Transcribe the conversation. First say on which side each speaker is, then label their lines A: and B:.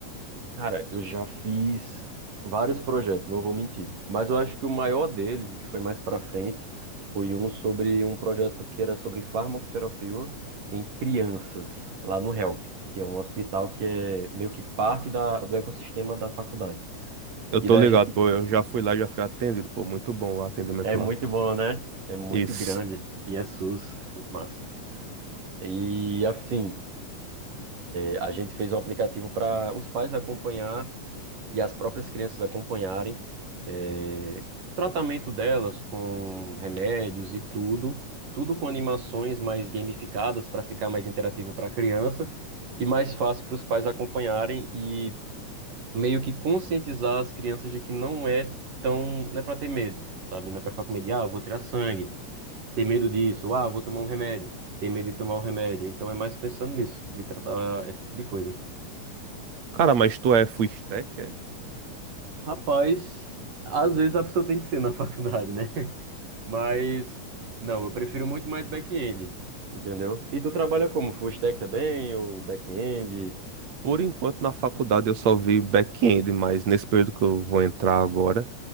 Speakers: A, on the right; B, on the right.
A: Cara, eu já fiz vários projetos, não vou mentir. Mas eu acho que o maior deles, e que foi mais pra frente, foi um sobre um projeto que era sobre farmacoterapia em crianças, lá no HELP, que é um hospital que é meio que parte da, do ecossistema da faculdade.
B: Eu
A: E
B: tô
A: daí
B: ligado,
A: a gente.
B: pô, eu já fui lá, já fui atendido, pô, muito bom o atendimento
A: É muito
B: lá.
A: bom, né? É muito
B: Isso.
A: grande. E é SUS, é muito massa. E assim, é, a gente fez um aplicativo para os pais acompanhar e as próprias crianças acompanharem é, tratamento delas com remédios e tudo, tudo com animações mais gamificadas para ficar mais interativo para a criança e mais fácil para os pais acompanharem e meio que conscientizar as crianças de que não é tão, não é para ter medo, sabe? Não é para ficar com medo de, ah, eu vou tirar sangue, ter medo disso, ah, vou tomar um remédio, ter medo de tomar um remédio. Então é mais pensando nisso, de tratar esse tipo de coisa.
B: Cara, mas tu é full stack? é?
A: Rapaz, às vezes a pessoa tem que ser na <laughs> faculdade, né? Mas, não, eu prefiro muito mais back-end, entendeu? E tu trabalha como? Full stack também, ou back-end?
B: Por enquanto, na faculdade eu só vi back-end, mas nesse período que eu vou entrar agora,